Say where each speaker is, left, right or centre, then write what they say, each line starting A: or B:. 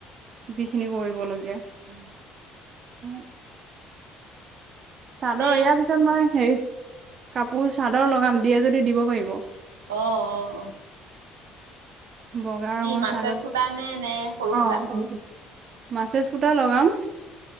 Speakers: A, on the right (about 45°); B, on the right (about 75°).
A: যিখিনি কৰিবলগীয়া।
B: উম।
A: উম। চাদৰ,
B: এনে
A: ইয়াৰ পিছত মই হেৰি কাপোৰ চাদৰ লগাম, দিয়ে যদি দিব পাৰিব। অ'
B: অ অ অ
A: বগা
B: কি
A: ৰঙৰ
B: মাছে
A: চাদৰ
B: সূতা নে নে সৰু
A: অ'।
B: সূতা
A: মাছেজ সুটা লগাম